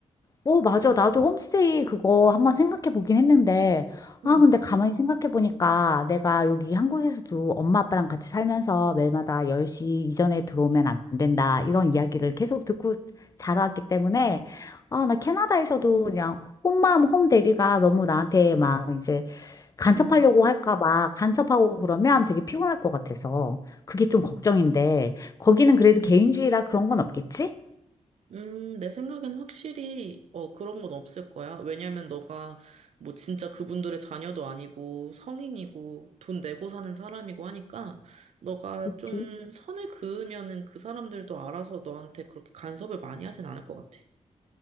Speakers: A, on the left (about 30°); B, on the right (about 60°).
A: 오, 맞아. 나도 홈스테이 그거 한번 생각해 보긴 했는데,
B: 음,
A: 아, 근데 가만히 생각해 보니까 내가 여기 한국에서도 엄마 아빠랑 같이 살면서 매일마다 10시 이전에 들어오면 안 된다. 이런 이야기를 계속 듣고 자라왔기 때문에, 아, 나 캐나다에서도 그냥 홈맘, 홈데리가 너무 나한테 막 이제 간섭하려고
B: 음,
A: 할까 봐 간섭하고 그러면 되게 피곤할 것 같아서 그게 좀 걱정인데 거기는 그래도
B: 음,
A: 개인주의라 그런 건 없겠지?
B: 음, 내 생각엔 확실히 어, 그런 건 없을 거야. 왜냐면 너가 뭐 진짜 그분들의 자녀도 아니고 성인이고 돈 내고 사는 사람이고 하니까 너가
A: 그치?
B: 좀 선을 그으면은 그 사람들도 알아서 너한테 그렇게 간섭을 많이 하진 않을 것 같아.